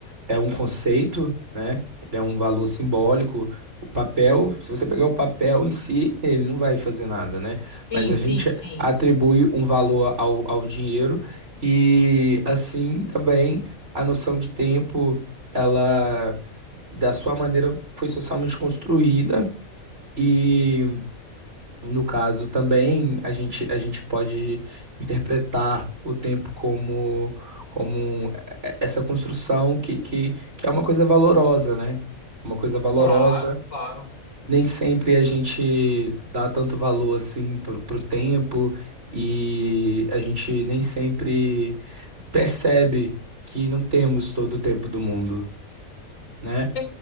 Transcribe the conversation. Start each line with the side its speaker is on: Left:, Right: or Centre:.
Right: é um conceito, né? Ele é um valor simbólico. O papel, se você pegar o papel em si, ele não vai fazer nada, né? Mas
Left: Sim,
Right: a
Left: sim,
Right: gente
Left: sim.
Right: atribui um valor ao, ao dinheiro e assim também a noção de tempo, ela da sua maneira foi socialmente construída e no caso também a gente, a gente pode interpretar o tempo como, como e- e- essa construção que, que, que é uma coisa valorosa, né? É uma coisa valorosa.
Left: Claro, claro.
Right: Nem sempre a gente dá tanto valor assim pro, pro tempo e a gente nem sempre percebe que não temos todo o tempo do mundo, né?
Left: É,